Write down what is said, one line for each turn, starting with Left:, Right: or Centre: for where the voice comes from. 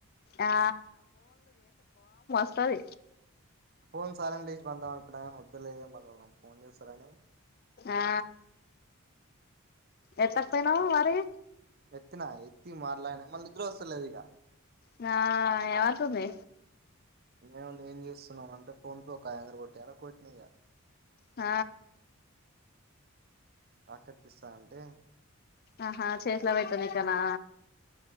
Left: ఆ పస్తార
Right: ఫోన్ సాలని లేచ బందాం అని వదులే మళ్ం ఫోన్ చేస్తారని
Left: ఆ ఎత్త పోయినావు మరి
Right: ఎత్తనా ఎత్తి మార్లా అనా మళ్ళీ నిద్ర వస్తలేదు ఇక
Left: నా ఏవాతంది
Right: నేను ఏం చేస్తున్నానంటే ఫోన్ పే ఒక ఆయాందర కొట్టాల కొట్టినయాల
Left: ఆ
Right: అక్కకిస్తా అంటే
Left: ఆహా చేట్ల వయితు నికనా